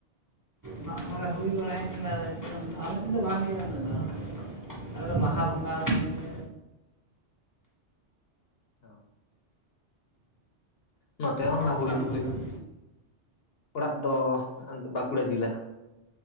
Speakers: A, on the right (about 20°); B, on the left (about 60°).
A: ᱢᱟᱜ ᱢᱚᱬᱮ ᱦᱩᱭ ᱵᱟᱲᱟᱭᱮᱱ ᱜᱮᱭᱟ ᱟᱫᱚ ᱱᱤᱛᱚᱝ ᱟᱞᱮ ᱥᱮᱫ ᱫᱚ ᱵᱟᱝ ᱦᱩᱭᱩᱜᱼᱟ ᱩᱱᱟᱹᱜ ᱫᱚ ᱟᱞᱮ ᱫᱚ ᱵᱟᱦᱟ ᱵᱚᱸᱜᱟ ᱥᱚᱢᱚᱭ ᱜᱮ
B: ᱚ ᱱᱚᱛᱮ ᱦᱚᱸ
A: ᱚᱲᱟᱜ
B: ᱦᱩᱭᱩᱜ
A: ᱛᱟᱢ ᱫᱚ
B: ᱦᱩᱭᱩᱜ
A: ᱛᱟᱢ
B: ᱚᱲᱟᱜ ᱫᱚ ᱵᱟᱸᱠᱩᱲᱟ ᱡᱤᱞᱟ